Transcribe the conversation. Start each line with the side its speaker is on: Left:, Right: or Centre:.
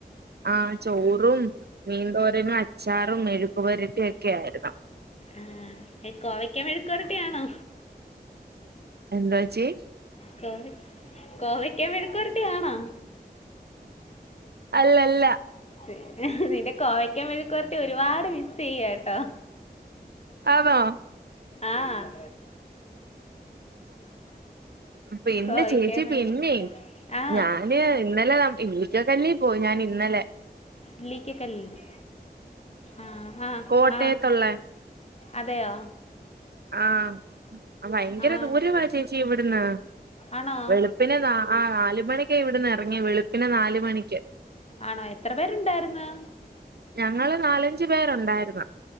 Right: ആഹ് ചോറും, മീന്തോരനും, അച്ചാറും, മെഴുക്കു പരട്ടി ഒക്കെ ആയിരുന്നു.
Left: ആഹ് എ കോവയ്ക്കാ മേഴ്ക്കോറിട്ടി ആണോ?
Right: എന്താവാച്ചി
Left: കോവ കോവക്ക മെയ്ക്ക് പൊരട്ടി ആണാ?
Right: അല്ല അല്ല
Left: പിന്നെ നിന്റെ കോവക്കാ മെഴിക്കറട്ടി ഒരുപാട് മിസ്യ്യട്ടോ
Right: ആന്നൊ?
Left: ആഹ്
Right: പിന്നെ
Left: കോവയ്ക്ക
Right: ചേച്ചി
Left: മെഴു
Right: പിന്നെ
Left: ആ
Right: ഞാന് ഇന്നലെ നാം ഇലിക്കക്കാല്ലി പോയി ഞാൻ ഇന്നലെ
Left: ഇലീക്കെക്കല്ല്ലേ ആഹ് ആഹ്
Right: കോട്ടയത്തുള്ള
Left: ആഹ് അതെയോ
Right: ആഹ് ഭയങ്കര
Left: ആ
Right: ദൂരവാ ചേച്ചി ഇവിടുന്ന്
Left: ആണോ
Right: വെളു പിന്നെ നാ ആഹ് നാല് മണിക്ക് ഇവിടന്ന് ഇറങ്ങി വെളുപ്പിന് നാല് മണിക്ക്
Left: ആണോ എത്ര പേരുണ്ടാര്ന്ന്?
Right: ഞങ്ങള് നാലഞ്ച് പേര്ഒണ്ടാര്ന്ന്